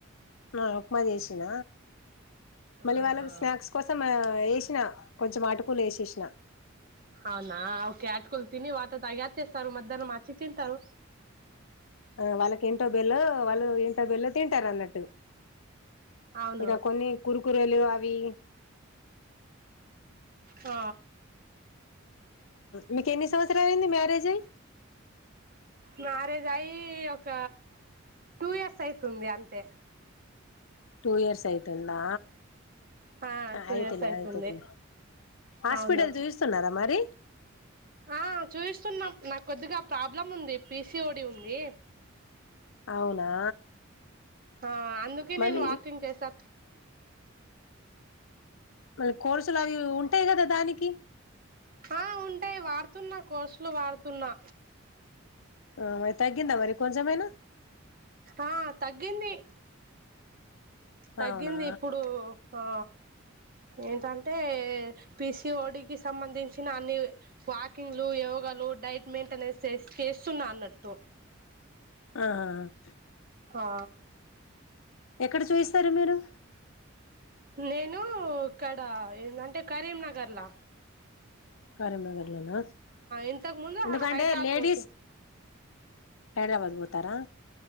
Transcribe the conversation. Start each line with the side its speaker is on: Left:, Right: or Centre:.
Left: నొ ఉప్మా చేసిన మళ్ళీ
Right: ఆహా
Left: వాళ్ళ స్నాక్స్ కోసం మ ఇస్ <unintelligible> కొంచెం ఆటుకులు ఏసేషిన
Right: అవునా ఓకే ఆటుకులు తిని వాటార్ తాగి ఆచేస్తారు మధ్యాహ్నం అచి తింటారు
Left: ఆ వాళ్ళకి ఏంటో బెల్లో వాళ్ళు ఏంటో బెల్లో తింటారు అన్నట్టు
Right: అవును
Left: ఇదో కొన్ని కురుకురేలు అవి
Right: ఆ
Left: మీకు ఎన్ని సంవత్సరాలు అయింది మ్యారేజ్ అయ్
Right: మ్యారేజ్ అయ్ ఒక టూ ఇయర్స్ అయితుంది అంతే
Left: టూ యర్స్ అయితుందా
Right: ఆ టూ
Left: అయితదిలే
Right: ఇయర్స్ అయితుంది
Left: అయితదిలే హాస్పిటల్
Right: అవును
Left: చూయిస్తున్నారా మరి
Right: ఆ చూయిస్తున్నాం నాకు కొద్దిగా ప్రాబ్లం ఉంది పీసిఓడి ఉంది
Left: అవునా
Right: హా అందుకే
Left: మళ్ళీ
Right: నేను వాకింగ్ చేసా
Left: ఇప్పుడు కోర్సులు అవి ఉంటాయి కదా దానికి
Right: హొ ఉంటాయ్ వాడుతున్నా కోర్సులు వాడుతున్నా
Left: ఆ మరి తగ్గిందా మరి కొంచమైనా
Right: ఆ తగ్గింది తగ్గింది
Left: అవునా
Right: ఇప్పుడు హా ఏంటం టే పిసిఓడికిి సంబంధించిన అన్ని వాకింగ్ లు యోగాలు డైట్ మెయింటెనెన్స్ చేస్ చేస్తున్నా అన్నట్టు
Left: ఆహహ
Right: హా
Left: ఎక్కడ చూయిస్తారు మీరు
Right: నేను ఇక్కడ ఏందంటే కరీంనగర్ లా
Left: కరీంనగర్ లోనా
Right: ఇంతకు ముందు
Left: ఎందుకంటే
Right: హైదరాబాద్
Left: లేడీస్
Right: పోతు
Left: హైదరాబాద్ బొతారా